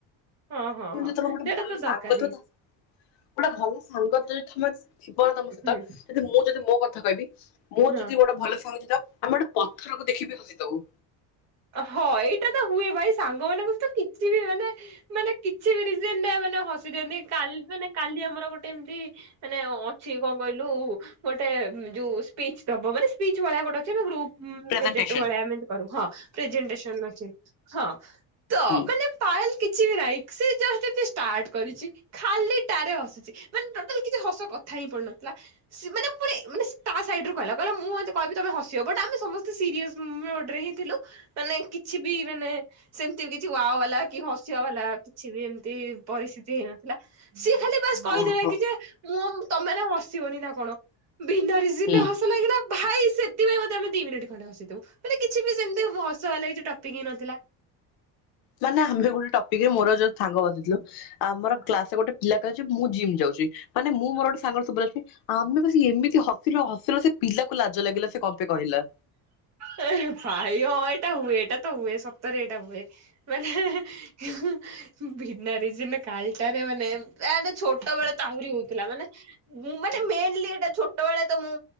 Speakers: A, on the right; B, on the left.
A: ହଁ ହଁ ହଁ
B: ଯ ତମ ଗୋଟେ
A: ସେଇଟା
B: ଭଲ
A: ତ ଦରକାରୀ
B: ସାଙ୍ଗ ତା ଗୋଟେ ଭଲ ସାଙ୍ଗ ଯଦି ତମେ ଥିବନ ତମ ସହିତ
A: ହୁଁ
B: ଯି ମୁଁ ଯଦି ମୋ କଥା କହିବି ମୁଁ
A: ହଁ।
B: ଯଦି ଗୋଟେ ଭଲ ସଙ୍ଗୀତ ଆମେ ଗୋଟେ ପଥରକୁ ଦେଖିବି ହସିଦଉ।
A: ହଁ ଏଇଟା ତ ହୁଏ ଭାଇ ସାଙ୍ଗମାନଙ୍କ ସହିତ କିଛି ବି ମାନେ ମାନେ କିଛି ବି ରଜିନ ନା ମାନେ ହସି ଦିଅନ୍ତି କାଲି ମାନେ କାଲି ଆମର ଗୋଟେ ଏମତି ମାନେ ଅ ଛି କଣ କହିଲୁ ଗୋଟେ ଯୋଉ ସ୍ପିଚ ଦବ ମାନେ ସ୍ପିଚ ଭଳିଆ ଗୋଟେ ଅଛି ଗ୍ରୁପ
B: ପ୍ରେଜେଣ୍ଟେସନ
A: ପ୍ରୋଜେକ୍ଟ ଭଳିଆ ଏମିତି କରୁ ହଁ। ପ୍ରେଜେଣ୍ଟେସନ ଅଛି ହଁ ତ
B: ହୁଁ
A: ମାନେ ପାଏଲ କିଛି ବି ନାଇଁ ସେ ଜଷ୍ଟ ଟିକେ ଷ୍ଟାର୍ଟ କରିଛି ଖାଲିଟା ରେ ହସୁଛି ମାନେ ଟୋଟାଲ କିଛି ହସ କ କଥା ହିଁ ପଡୁନଥିଲା ସେ ମାନେ ପୁଣି ମନେ ତା ସାଇଡ ର କହିଲ କହିଲ ମୁଁ ମ କହିବି ତମେ ହସିବ ବଟ ଆମେ ସମସ୍ତେ ସିରିଅସ୍ ମୋଡ ରେ ହିଁ ଥିଲୁ। ମାନେ କିଛି ବି ମାନେ ସେମତି ବି କିଛି ୱା ବାଲା କି ହସିବା ବାଲା କିଛି ବି ଏମିତି ପରି ସ୍ଥିତି ହେଇନଥିଲା ସିଏ ଖାଲି ବାସ୍ କହିଥିଲା
B: ଓହୋ
A: କି ଯେ ମୁଁ ତମେମାନେ ହସିବନି ନା କଣ? ବିିନ୍ଦାରି ସିନେ
B: ହୁଁ।
A: ହସ ଲାଗିଲା। ଭାଇ ସେଥିପାଇଁ ବୋଧେ ଆମେ ଦି ମିନିଟ୍ ଖଣ୍ଡେ ହସିଲୁ ମାନେ କିଛି ବି ସେମିତି ହ ସ ୱାଲା କିଛି ଟପିକ୍ ହିଁ ନଥିଲା।
B: ମାନେ ଆମେ ଗୋଟେ ଟପିକ ରେ ମୋର ଯୋଉ ସାଙ୍ଗ ବସିଥିଲୁ ଆମର
A: ହଁ।
B: କ୍ଲାସରେ ଗୋଟେ ପିଲା କ ମୁଁ ଜିମ୍ ଯାଉଛି ମାନେ ମୁଁ ମୋର ଗୋଟେ ସାଙ୍ଗ ସବୁ ଅଛି ଆମେ ବ ଏମିତି ହସିଲୁ ହସିଲୁ ସେ ପିଲା କୁ ଲାଜ ଲାଗିଲା ସେ କ ପାଇଁ କହିଲା?
A: ହେ ଏ ଭାଇ ହଁ ଏଇଟା ହୁଏ ଏଇଟା ତ ହୁଏ ସତରେ ଏଇଟା ହୁଏ ମାନେ ହେଁ ହେଁ ବିନା ରିଜନ ରେ କାଲଟାରେ ମାନେ ୟାଡ ଛୋଟ ବେଳେ ତାହୁରି ହଉଥିଲା ମାନେ ମୁଁ ମାନେ ମେନଲି ଏଟା ଛୋଟ ବେଳେ ତ ମୁଁ